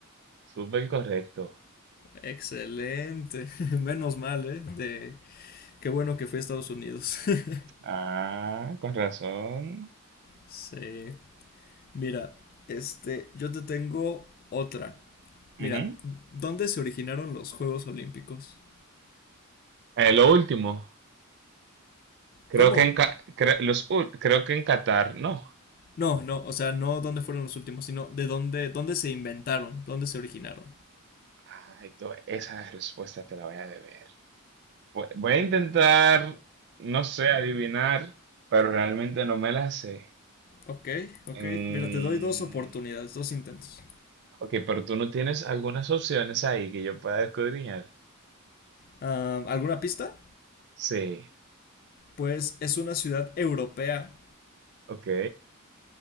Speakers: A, on the right; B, on the left.
A: súper correcto.
B: Excelente, <laughs> menos mal, ¿eh? De... Qué bueno que fui a Estados Unidos. <laughs>
A: Ah, con razón.
B: Sí, mira, este, yo te tengo otra. Mira,
A: Ujú.
B: ¿dónde se originaron los Juegos Olímpicos?
A: Eh, lo último, creo
B: ¿Cómo?
A: que en, Ca- cre- los, ul- creo que en Qatar, no.
B: No, no, o sea, no dónde fueron los últimos, sino de dónde, dónde se inventaron, dónde se originaron.
A: Ay, tú- esa respuesta te la voy a deber. Voy voy a intentar, no sé, adivinar, pero realmente no me la sé.
B: Ok, ok.
A: Mm,
B: Mira, te doy dos oportunidades, dos intentos.
A: ok, pero tú no tienes algunas opciones ahí que yo pueda escudriñar.
B: Ah, ¿alguna pista?
A: Sí,
B: Pues es una ciudad europea
A: ok.